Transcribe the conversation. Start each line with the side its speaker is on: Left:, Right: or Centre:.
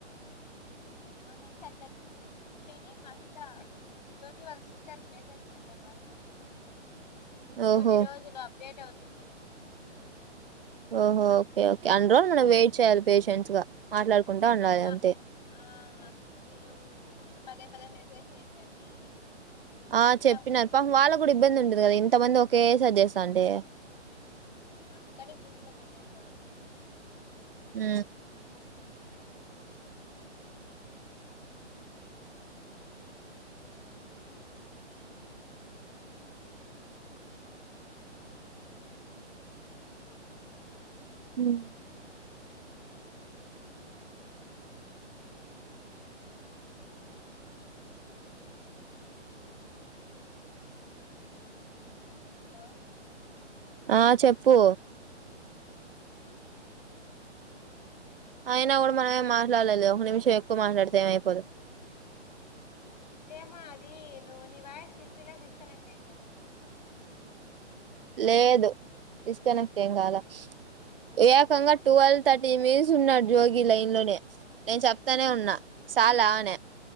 Left: చూపించట్లా చూపిస్తుంది అని మహిత, జోగి వాళ్ళ సిస్టర్ కి మెసేజ్ పెట్టారు వాట్సాప్ లో.
Right: ఓహో
Left: కొన్ని రోజులు డేట్ అవుతుంది అని చెప్పారు
Right: ఓహో ఓకే ఓకే అన్ని రోజులు మనం వెయిట్ చేయాలి పేషెంట్స్ గా మాట్లాడుకుంటా ఉండాలి
Left: అ
Right: అంతే
Left: ఆ మీరు పదే పదే మె సేజ్ చేయకండి మేము
Right: ఆ
Left: చెప్తాము
Right: చెప్పినారు
Left: పూర్తయిన
Right: పాపం వాళ్ళ
Left: తర్వాత
Right: కూడా ఇబ్బంది ఉంటది కదా ఇంత మంది ఒకే సారి చే త్తాంటే
Left: ఆ అందుకని గ్రూప్ లో పెట్టేశారు
Right: హు
Left: <inaudible>
Right: హ్మ్.
Left: <inaudible> హలో
Right: ఆ చెప్పు
Left: టైం అయ్యింది చూడు
Right: అయినా గూడా మనమే మాట్లాల్లేదులే ఒక నిమిషం ఎ ఎక్కువ మాట్లాడితే ఏమ్ అయిపోదు
Left: ఏమో అది నువ్వు నీ వాయిస్ వినిపిలా డిస్కనెక్ట్ అయ్యిందేమో అని చూస్తి
Right: లేదు డిస్కనెక్ట్ ఏం కాలా ఏకంగా టుల్వ్ థర్టీన్ మినిట్స్ ఉన్నాడు జోగి లైన్ లోనే నేను చెప్తానే ఉన్నా చాలా అన